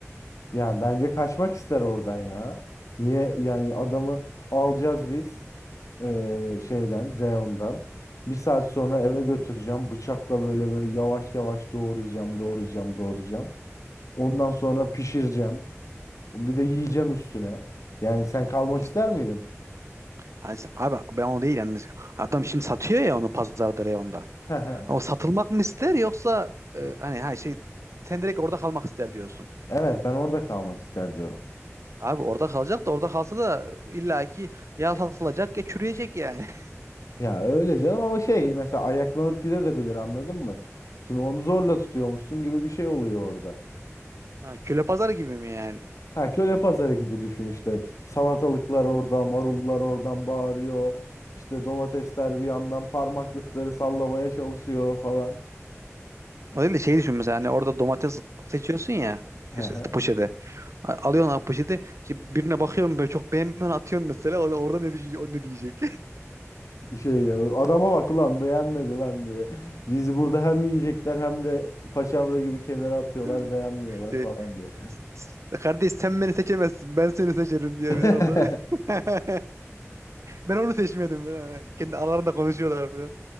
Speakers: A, on the left (about 85°); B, on the right (about 65°).
A: Ya bence kaçmak ister oradan ya. Niye yani adamı alacağız biz eee, şeyden reyondan. Bir saat sonra eve götüreceğim. Bıçakla böyle böyle yavaş yavaş doğrayacağım, doğrayacağım, doğrayacağım. Ondan sonra pişireceğim. Bir de yiyeceğim üstüne. Yani sen kalmak
B: Hani-
A: ister miydin?
B: hani sen- abi ben o değil yani. Adam şimdi satıyor ya onu pazarda reyonda.
A: <laughs>
B: Ama satılmak mı ister yoksa e, hani her şey sen direkt orada kalmak ister diyorsun.
A: Evet ben orada kalmak ister diyorum.
B: Abi orada kalacak da orada kalsa da illaki ya
A: Ya
B: satılacak ya çürüyecek
A: buraya
B: yani.
A: girdi.
B: <laughs>
A: Ya öyle canım ama şey mesela ayaklanıp gidebilir anladın mı? Şimdi onu zorla tutuyormuşsun gibi bir şey oluyor orada.
B: Ha, köle pazarı gibi mi yani?
A: Ha köle pazarı gibi düşün işte. Salatalıklar orada, marullar oradan bağırıyor. İşte domatesler bir yandan parmaklıkları sallamaya çalışıyor falan.
B: O değil de şey düşün mesela hani orada domates seçiyorsun ya
A: Hı
B: işte
A: hı.
B: poşete. A- Alıyorsun abi poşeti. İşte birine bakıyorum böyle çok beğenmiyorsun atıyorsun mesela. O, da orada ne düşünecek? O ne diyecek?
A: Şey ya adama bak ulan beğenmedi lan diye. biz burada hem yiyecekler hem de paçavra gibi kenara atıyorlar
B: <laughs>
A: beğenmiyorlar
B: Şey,
A: falan diye.
B: "S- kardeş sen beni seçemezsin. Ben seni seçerim diye
A: <laughs>
B: bir de orada. <laughs> Ben onu seçmedim. Ha, Kendi aralarında konuşuyorlar falan.